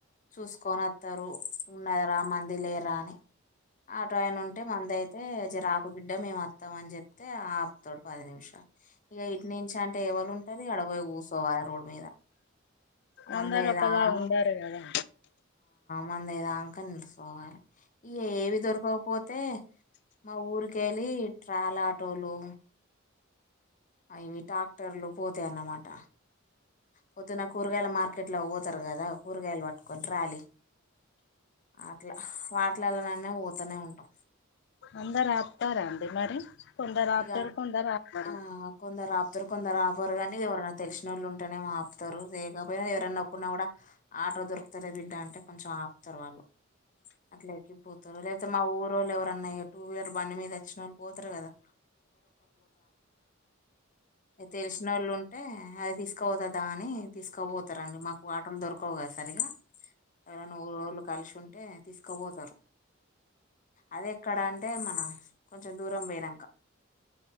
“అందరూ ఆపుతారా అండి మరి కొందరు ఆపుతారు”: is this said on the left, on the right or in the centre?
Left